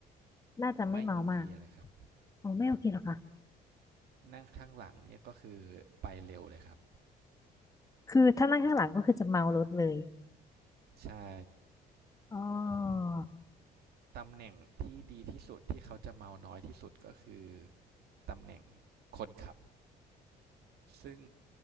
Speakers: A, on the left; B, on the right.
A: น่าจะไม่เมามาก
B: ไม่โอเคเลยครับ
A: อ๋อไม่โอเคหรอกค่ะ
B: นั่งข้างหลังเนี่ยก็คือไปเร็วเลยครับ
A: คือถ้านั่งข้างหลังก็คือจะเมารถเลย
B: ใช่
A: อ๋อ
B: ตำแหน่งที่ดีที่สุดที่เขาจะเมาน้อยที่สุดก็คือตำแหน่งคนขับ ซึ่ง